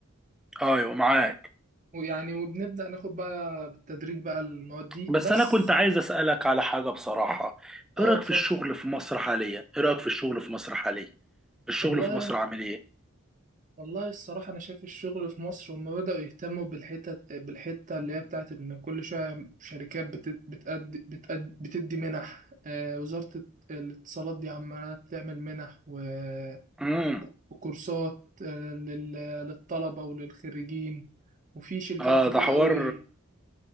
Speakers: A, in the centre; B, on the right.
A: ايوه معاك
B: ويعني وبنبدا ناخد بقى بالتدريج بقى المواد دي
A: بس
B: بس
A: انا كنت عايز اسالك على حاجه بصراحه
B: اه
A: ايه رايك
B: اتفضل
A: في الشغل في مصر حاليا ايه رايك في الشغل في مصر حاليا الشغل
B: والله
A: في مصر عامل ايه
B: والله الصراحة أنا شايف الشغل في مصر هما بدأوا يهتموا بالحتة بالحتة اللي هي بتاعت إن كل شوية شركات بت- بتأدي بتأدي بتدي منح آه، وزارة الاتصالات دي عمالة تعمل منح و-
A: امم
B: وك- وكورسات آه، لل- للطلبة وللخريجين وفي شركات
A: اه
B: كتير
A: ده حوار
B: قوي